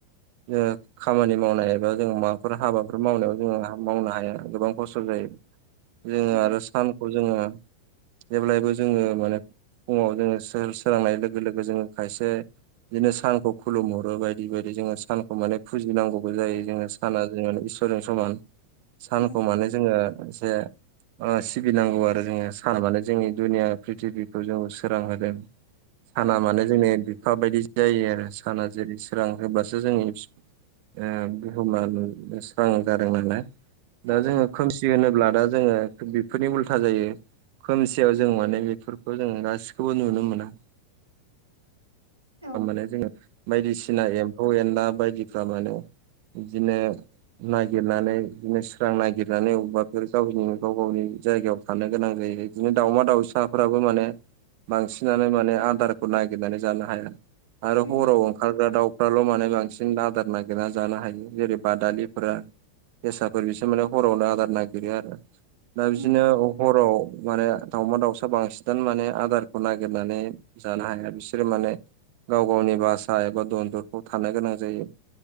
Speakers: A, on the right (about 45°); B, on the right (about 85°).
A: <unintelligible> खामानि मावनाय एबा जों माबाफोर हाबाफोर मावनायाव जोङो हा मावनो हाया गोबां खस्थ' जायो। जोङो
B: उम
A: आरो सानखौ जोङो जेब्लायबो जोङो माने फुङाव जोङो सोर-सोरांनाय लोगो लोगो जोङो खायसे बिदिनो सानखौ खुलुमहरो बायदि बायदि जोङो सानखौ माने फुजिनांगौबो जायो जोङो। साना <unintelligible> इसोरजों समान सानखौ
B: उम
A: माने जोङो एसे ओ सिबिनांगौ आरो जोङो सान माने जोंनि दुनिया प्रिथिबिखौ जों सोरां होदों। साना
B: औ
A: माने जोंनि बिफा बायदि जायो आरो साना जेरै सोरां होबासो जोंनि ओ बुहुमा स्रां जादों नालाय दा
B: औ
A: जोङो खोमसि होनोब्ला दा जोङो बेफोरनि उल्था जायो। खोमसियाव जों माने बेफोरखौ जों गासिखौबो नुनो मोना।
B: औ
A: <unintelligible> जोङो बायदिसिना एम्फौ एनला बायदिफ्रा माने बिदिनो नागिरनानै बिदिनो स्रां नागिरनानै अबाफोर गावनि गाव गावनि जायगायाव थानो गोनां जायो बिदिनो दाउमा दाउसाफोराबो माने बांसिनानो माने आदारखौ नागिरनानै जानो हाया। आरो
B: उम
A: हराव ओंखारग्रा दाउ। फाल' माने बांसिन आदार नागिरना जानो हायो जेरै बादालिफोरा जेसाफोर बिसोर माने हरावनो आदार नागिरो आरो। दा बिदिनो
B: उम
A: हराव माने दावमा दाउसा बांसिनानो माने आदारखौ नागिरनानै जानो हाया बिसोरो माने गाव गावनि बासा एबा दनदरफ्राव थानो गोनां जायो।